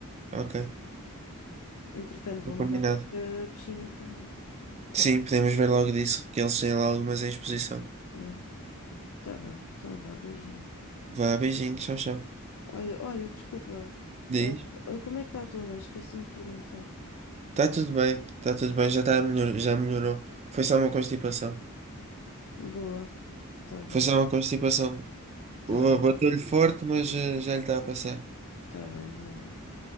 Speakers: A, on the right; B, on the left.
A: Ok.
B: Entretanto, vou
A: Está
B: mandar
A: combinado.
B: vir a piscina também.
A: Sim, podemos ver logo disso, que eles têm lá algumas em exposição.
B: Yeah, tá bem, então vá, beijinho.
A: Vá, beijinho, tchau, tchau.
B: Olha, olha, desculpa,
A: Diz.
B: ah, ah, como é que está a tua mãe? Esqueci-me de perguntar.
A: Está tudo bem, está tudo bem, já está melhor, já melhorou. Foi só uma constipação.
B: Boa, tá bem,
A: Foi só uma constipação.
B: tá
A: Boa,
B: bem,
A: Bateu-lhe forte, mas eh, já lhe está a passar.
B: tá bem, ainda bem.